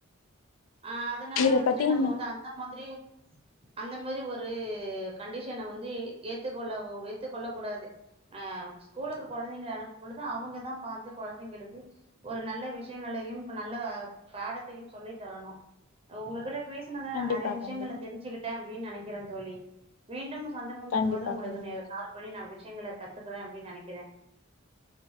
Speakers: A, on the right; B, on the left.
A: ஆ அதுனால
B: இத
A: வந்துட்டு
B: பத்தி
A: நம்ப
B: என்ன
A: வந்து அந்த மாத்ரியே அந்த மாரி ஒரு கண்டிஷன வந்து ஏத்துக்கொள்ள ஏத்துக் கொள்ள கூடாது ஆ ஸ்கூலுக்கு கொழந்தைங்கள அனுப்பு பொழுது அவுங்கதா பாத்து கொழந்தைங்களுக்கு ஒரு நல்ல விஷயங்களையு நல்ல பாடத்தையு சொல்லி தரணு உங்ககிட்ட பேசுனதுல
B: கண்டிப்பா
A: நா நெறைய விஷயங்கள
B: கண்டிப்பா
A: தெரிஞ்சிக்கிட்
B: தோழி
A: டே அப்டினு நெனைக்கிறே தோழி மீண்டு சந்தர்பம்
B: கண்டிப்பா
A: வரு பொழுது உங்களுடைய
B: கண்டிப்பா
A: கால அப்டி நா விஷயங்கள கத்துக்றே அப்னு நெனைக்கிறே